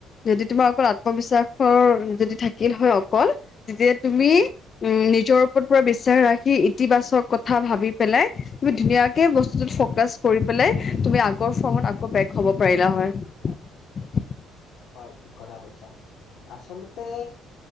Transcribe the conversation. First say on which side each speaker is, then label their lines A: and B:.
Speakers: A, on the left; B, on the left.
A: যদি তোমাৰ অকল আত্মবিশ্বাসৰ যদি থাকিল হয় অকল তেতিয়া তুমি উম নিজৰ পৰা বিচাৰ ৰাখি ইতিবাচক কথা ভাবি পেলাই তুমি ধুনীয়াকে বস্তুতত ফকাচ কৰি পেলাই তুমি আগৰ ফৰ্মত আকৌ বেক হ'ব পাৰিলা হয়।
B: হয় ঠিক কথা কছা আচলতে